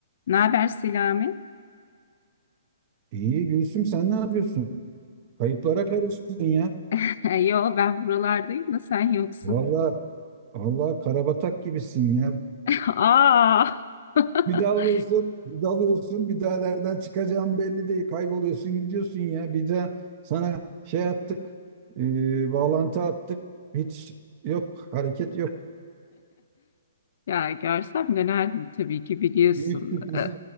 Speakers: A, on the left; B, on the right.
A: Ne haber Selami?
B: İyi Gülsüm sen ne yapıyorsun? Kayıplara karıştın ya.
A: <laughs> Yo ben buralardayım da sen yoksun.
B: Valla valla karabatak gibisin ya.
A: <laughs> Aa! <laughs>
B: Bir dalıyorsun, bir dalıyorsun, bir daha nereden çıkacağın belli değil. Kayboluyorsun, gidiyorsun ya. Bir daha sana şey attık, e, bağlantı attık. Hiç yok, hareket yok.
A: Ya görsem dönerdim tabii ki biliyorsun.
B: Büyük sürprizi,
A: Ee,